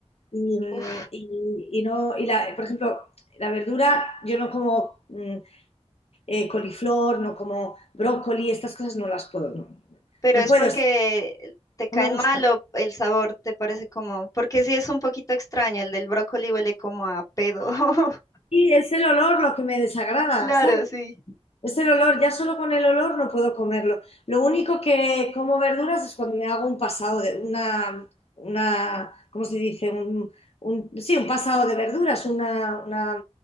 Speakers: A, on the left; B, on the left.
A: Y, mm,
B: Uf.
A: y- y no, y la- por ejemplo, la verdura, yo no como mm, eh, coliflor, no como brócoli, estas cosas no las puedo, no,
B: pero
A: no
B: es
A: puedo,
B: porque te caen
A: no me gustan.
B: mal o el sabor te parece como, porque sí es un poquito extraño, el del brócoli huele como a pedo. <laughs>
A: Y es el olor lo que me desagrada,
B: Claro,
A: ¿sabes?
B: sí.
A: Es el olor, ya solo con el olor no puedo comerlo. Lo único que como verduras es cuando me hago un pasado de una, una ¿cómo se dice? Un, un- sí, un pasado de verduras, una, una,